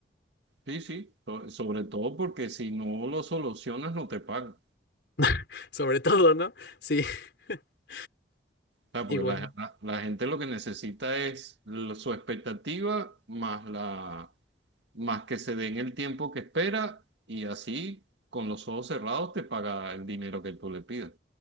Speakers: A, on the right; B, on the left.
A: Sí, sí, so- sobre todo porque si no lo solucionas no te pagan.
B: <laughs> Sobre todo, ¿no? Sí, <laughs>
A: Claro, porque
B: igual.
A: la, la- la gente lo que necesita es l- su expectativa más la más que se den el tiempo que espera y así con los ojos cerrados te paga el dinero que tú le pidas.